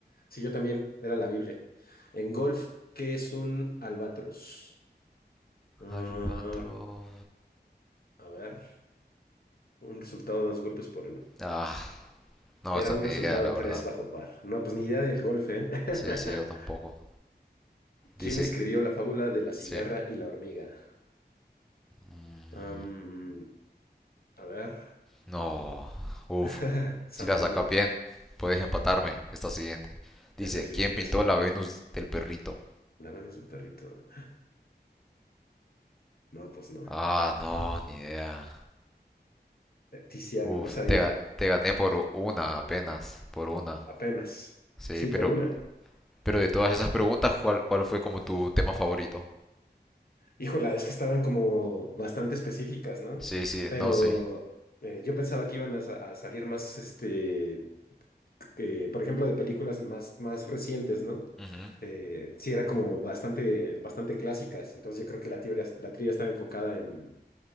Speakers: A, on the left (about 60°); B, in the centre.
A: Sí, yo también, era la Biblia. En golf, ¿qué es un albatros? Ah,
B: Albatro...
A: a ver, un resultado de dos golpes por... en-
B: Ah, no,
A: Era
B: esa
A: un
B: ni
A: resultado
B: idea, la
A: de
B: verdad.
A: tres bajo par. No, pues ni idea del golf, ¿eh? <laughs>
B: Sí, sí, yo tampoco. Dice,
A: ¿Quién escribió la fábula de la cigarra
B: sí.
A: y la hormiga?
B: Mm.
A: Am, a ver,
B: No, uff.
A: <laughs> Samaniego.
B: Si la sacas bien, puedes empatarme. Esta siguiente. Dice,
A: En la siguiente,
B: ¿quién pintó
A: sí.
B: la Venus del perrito?
A: La Venus del perrito. No, pues no.
B: Ah, no, ni idea.
A: Eh, Tiziano,
B: Uf,
A: no sabía.
B: te, ga- te gané por una apenas, por una.
A: Apenas.
B: Sí,
A: Sí,
B: pero,
A: por una.
B: pero de todas esas preguntas, ¿cuál, cuál fue como tu tema favorito?
A: Híjola, es que estaban como bastante específicas, ¿no?
B: Sí, sí,
A: Pero
B: no, sí.
A: eh, yo pensaba que iban a, sa- a salir más, este, que, por ejemplo, de películas más, más recientes, ¿no?
B: Ujú.
A: Eh, sí, era como bastante, bastante clásicas. Entonces yo creo que la tibia- la trivia estaba enfocada en,